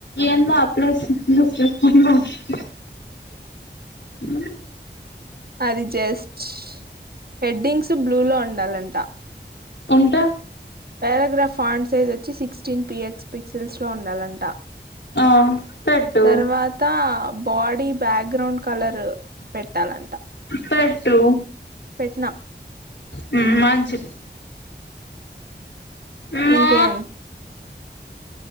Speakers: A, on the left (about 75°); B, on the right (about 55°).
A: ఎన్వో అప్లై చేసి హు హు హు ఊ
B: అది జస్ట్ హెడ్డింగ్స్. బ్లూలో ఉండాలంట
A: ఉంటా
B: పేరాగ్రాఫ్ ఆండ్ సైజ్ వచ్చి సిక్స్టీన్ పిఎక్స్ పిక్సెల్స్ లో ఉండాలంట
A: ఆ పెట్టు
B: తర్వాత బాడీ బ్యాక్గ్రౌండ్ కలర్ పెట్టాలంట
A: పెట్టు
B: పెట్న
A: హమ్ మంచిది అమ్మా
B: ఇంకేం